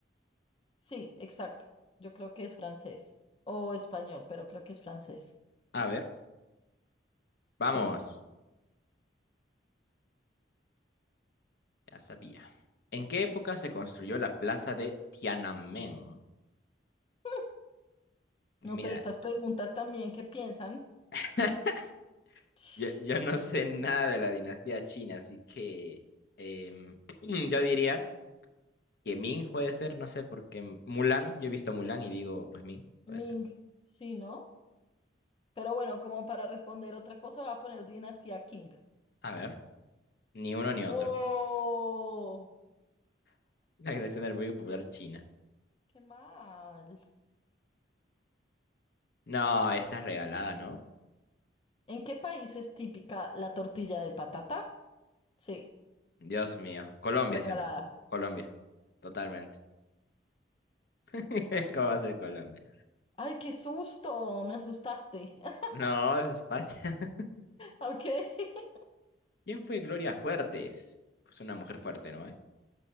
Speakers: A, on the left (about 30°); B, on the left (about 60°).
A: Sí, exacto. Yo creo que es francés o español, pero creo que es francés.
B: A ver, vamos.
A: Sí, sí.
B: Ya sabía. ¿En qué época se construyó la plaza de Tiananmen?
A: <laughs>
B: Mira,
A: No, pero estas preguntas también, ¿qué piensan?
B: <laughs>
A: <sniffs> Psh,
B: yo, yo no sé nada de la dinastía china, así que em, <clears throat> yo diría. Que Ming puede ser, no sé, porque Mulan, yo he visto Mulan y digo, pues Ming,
A: Ming,
B: puede ser.
A: sí, ¿no? Pero bueno, como para responder otra cosa, va a poner Dinastía King.
B: A ver, ni uno
A: No,
B: ni otro. <laughs> La creación de la República Popular China.
A: qué mal.
B: No, esta es regalada, ¿no?
A: ¿En qué país es típica la tortilla de patata? Sí,
B: Dios mío. Colombia,
A: regalada.
B: ¿sí o no? Colombia. Totalmente. <laughs> ¿Cómo va a ser Colombia?
A: Ay, qué susto, me asustaste. <laughs>
B: No, es España. <laughs>
A: Ok. <laughs>
B: ¿Quién fue Gloria Fuertes? Pues una mujer fuerte, ¿no hay?